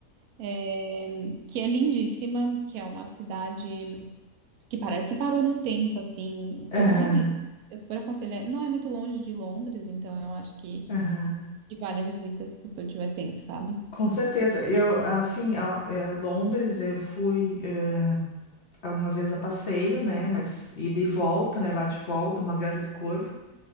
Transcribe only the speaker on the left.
<laughs>
Aham,
aham.
Com certeza. Eu, assim, ó, eh, Londres, eu fui eh, uma vez a passeio, né? Mas ida e volta, né? Bate e volta, uma viagem do Corvo.